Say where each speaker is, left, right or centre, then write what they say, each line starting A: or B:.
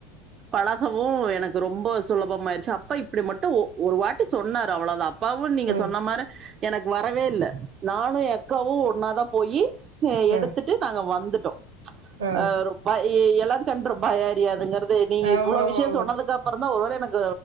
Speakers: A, on the right; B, on the right.
A: பலகவு எனக்கு ரொம்ப சுலபமாயிருச்சு அப்ப இப்டி மட்டு ஒரு வாட்டி சொன்னாரு அவ்ளோதா அப் பாவு நீங்க
B: ம்
A: சொன்ன மாரி எனக்கு வரவே இல்ல நானு எ அக்காவு ஒன்னாதா போயி ஹ எடுத்துட்டு
B: ஆ
A: நாங்க வந்துட்டோ
B: ஆ
A: ஹ ப இள கன்று பயோ அறியாதுங்கறது நீங்க
B: ஆமாமாமா
A: இவ்ளோ விஷயோ சொன்னதுக்கப்ரோ அப்புறந்தா ஒருவேள எனக்கு